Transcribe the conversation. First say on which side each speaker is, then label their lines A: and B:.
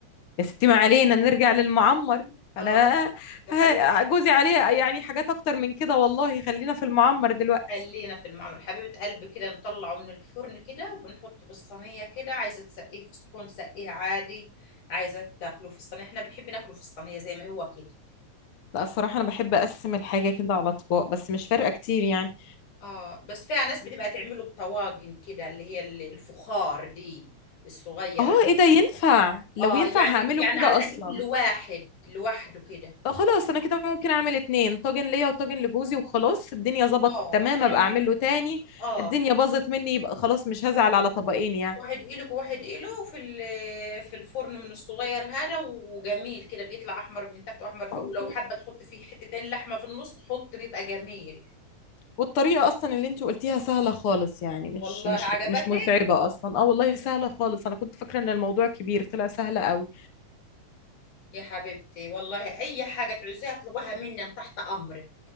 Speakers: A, on the left; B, on the left.
A: يا ستي ما علينا نرجع للمعمر
B: اه
A: انا
B: وحبيب
A: ها- جوزي عليه يعني حاجات اكتر من كده والله خلينا في المعمر دلوقتي
B: خلينا في المعمر حبيبة قلبي كده نطلعه من الفرن كده وبنحطه بالصينية كده عايزة تسقيه في صحون سقيه عادي عايزة تاكله في الصينية احنا بنحب ناكله في الصينية زي ما هو كده
A: لا الصراحة أنا بحب أقسم الحاجة كده على أطباق بس مش فارقة كتير يعني
B: اه بس فيها ناس بتبقى تعمله بطواجن كده اللي هي ال- الفخار دي الصغيرة
A: آه
B: دي
A: إيه ده ينفع لو
B: اه
A: ينفع
B: يعني
A: هعمله
B: يعني
A: كده
B: على قد
A: أصلا
B: كل واحد لوحده كده
A: طب خلاص أنا كده ممكن أعمل اتنين طاجن ليا وطاجن لجوزي وخلاص الدنيا ظبطت
B: اه
A: تمام
B: تعملهم
A: أبقى أعمله تاني
B: اه
A: الدنيا باظت مني يبقى خلاص مش هزعل على طبقين
B: واحد قلق وواحد قلق في ال- في الفرن من الصغير هذا وجميل كده بيطلع احمر من تحت واحمر فوق
A: يعني
B: ولو حابه تحط فيه حتتين لحمه في النص حط بيبقى جميل
A: والطريقة أصلا اللي أنت قلتيها سهلة خالص يعني مش
B: والله
A: مش
B: عجبتك
A: مش متعبة أصلا أه والله سهلة خالص أنا كنت فاكرة إن الموضوع كبير طلع سهلة قوي
B: يا حبيبتي والله اي حاجه تعوزيها اطلبها مني أنا تحت امرك